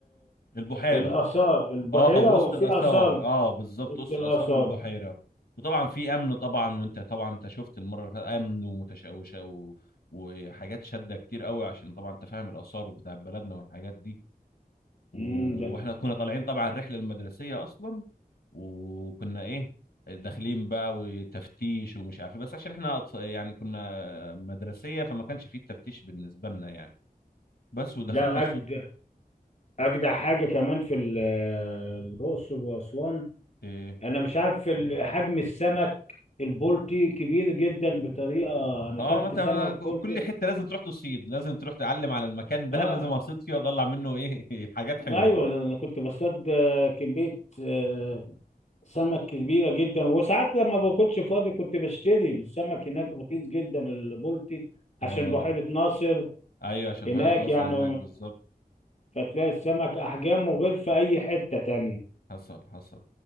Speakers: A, on the left; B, on the left.
A: البحيرة
B: الآثار البحيرة
A: اه وسط
B: وفي
A: الاثار
B: آثار
A: اه بالظبط
B: وسط
A: وسط
B: الآثار
A: الاثار والبحيره وطبعا في امن طبعا وانت طبعا انت شفت المره اللي فاتت امن ومتشوشه و... وحاجات شاده كتير قوي عشان طبعا انت فاهم الاثار بتاع بلدنا والحاجات دي و...
B: امم ده
A: واحنا كنا طالعين طبعا الرحله المدرسيه اصلا وكنا ايه داخلين بقى وتفتيش ومش عارف إيه. بس عشان احنا أطف... يعني كنا مدرسيه فما كانش فيه التفتيش بالنسبه لنا يعني بس ودخلنا
B: لا
A: الصوت
B: أجدع أجدع حاجة كمان في ال- الأقصر وأسوان
A: إيه،
B: أنا مش عارف ال- حجم السمك البلطي كبير جدا بطريقة أنا
A: اه
B: أكلت
A: ما انت
B: سمك
A: ما-
B: بلطي
A: كل حته لازم تروح تصيد لازم تروح تعلم على المكان ده
B: آه
A: لازم اصيد فيه واطلع منه ايه <laughs> حاجات حلوه
B: أيوه أنا كنت بصطاد آه، كمية آه، سمك كبيرة جدا وساعات لما بكونش فاضي كنت بشتري السمك هناك رخيص جدا البلطي عشان
A: اه
B: بحيرة ناصر
A: ايوه عشان
B: هناك
A: بحيره ناصر
B: يعني
A: هناك بالظبط
B: فتلاقي السمك احجامه غير في اي حتة تانية
A: حصل حصل